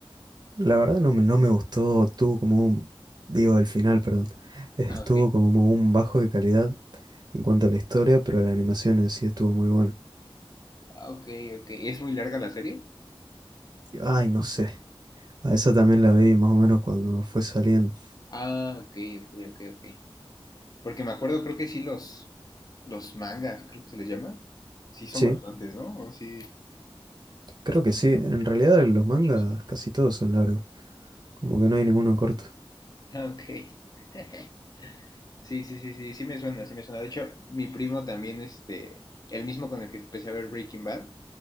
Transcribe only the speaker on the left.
Ah, ok.
Ah, ok, ok. ¿Es muy larga la serie?
Ah, ok, ok, ok, ok. Porque me acuerdo, creo que sí, los, los mangas, creo que se les llama. Sí, son
bastantes, ¿no? O sí, sí
están
bien
chonchos.
Ah, Ok. <laughs> Sí, sí, sí, sí, sí me suena, sí me suena. De hecho, mi primo también, este, el mismo con el que empecé a ver Breaking Bad,